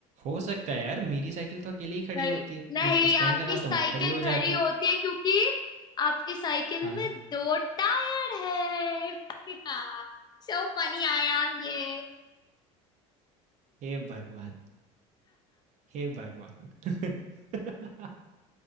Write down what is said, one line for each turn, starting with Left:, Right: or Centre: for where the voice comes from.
Right: हो सकता है यार मेरी साइकिल तो अकेले ही खड़ी
Left: नहीं
Right: होती है।
Left: नहीं
Right: मैं उसका स्टैंड
Left: आपकी
Right: लगाता
Left: साइकिल
Right: हूँ, वो खड़ी हो जाती
Left: खड़ी होती
Right: है।
Left: है क्योंकि आपकी साइकिल
Right: हाँ,
Left: में दो टायर है हाँ सो फनी आई एम ये
Right: हे भगवान! हे भगवान <laughs>